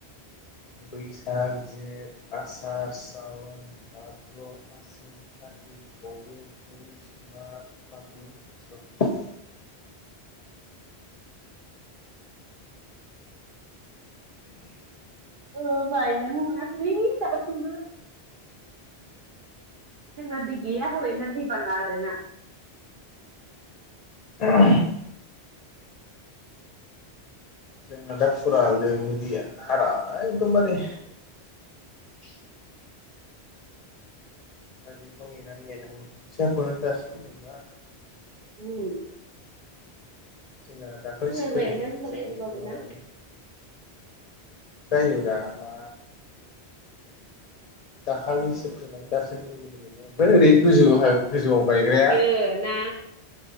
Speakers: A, on the left; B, on the right.
A: बैसाग जेठ आसार सावन बाद्र' आसिन खाथि <unintelligible> पुस माघ फागुन सैत्र'।
B: ओ बायनोनो मोनाखैलै दासिमबो। जोंना बिगैया हरैना दैबाना आरोना।
A: <unintelligible> जोंना दा फुरा लोमो दैया हारा एकदम बारे
B: <unintelligible>
A: दा बेखौ नेनानै गायनांगौ खोथियाखौनो दासो फोदोंबा।
B: उम।
A: जोंना दाखालिसो
B: मोजां
A: फोदोंनो
B: जायोदां
A: खोथियाखौनो
B: होमबालाय होमबाबो
A: बे माबानि
B: ना
A: जायो ब्रा मा दाखालि फोनानै दासो गोरलै गोरलैनो ओमफ्राय ओरै गोजौहा गोजौआव गायग्राया
B: ओ ना